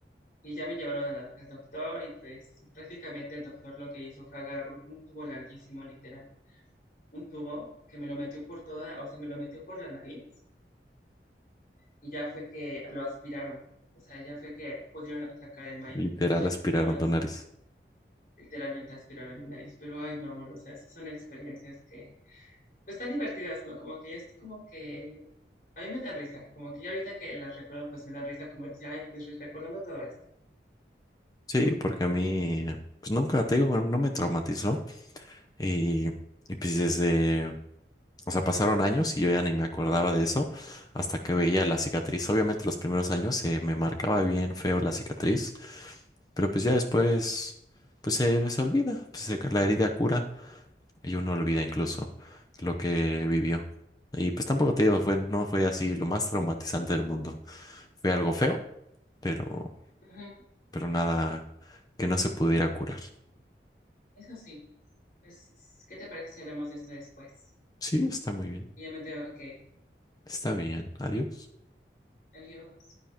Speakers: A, on the left (about 50°); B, on the left (about 20°).
A: Y ya me llevaron a la- al doctor y pues prácticamente el doctor lo que hizo fue agarrar un un tubo larguísimo, literal, un tubo que me lo metió por toda, o sea, me lo metió por la nariz y ya fue que lo aspiraron. O sea, ya fue que pudieron sacar el maíz
B: Literal aspiraron
A: pero
B: tu nariz.
A: literalmente aspirar a mi nariz, pero ay, no, amor, o sea, esas son experiencias que, pues, tan divertidas, ¿no? Como que es como que, a mí me dan risa, como que ya ahorita que las recuerdo, pues me dan risa, como dice, ay, pues recordando todo esto.
B: Sí, porque a mí, pues nunca te digo, no me traumatizó. Y, y pues desde, o sea, pasaron años y yo ya ni me acordaba de eso hasta que veía
A: Ajá,
B: la cicatriz. Obviamente los primeros años eh, me marcaba bien feo la cicatriz, pero pues ya después, pues se, se olvida, pues se- la herida cura y uno olvida incluso lo que vivió. Y pues tampoco te digo, fue, no fue así lo más traumatizante del mundo. Fue algo feo, pero,
A: ajá.
B: pero nada que no se pudiera curar.
A: Eso sí, pues, ¿qué te parece si hablamos de esto después?
B: Sí, está muy bien.
A: Ya me tengo que ir.
B: Está bien. Adiós.
A: Adiós.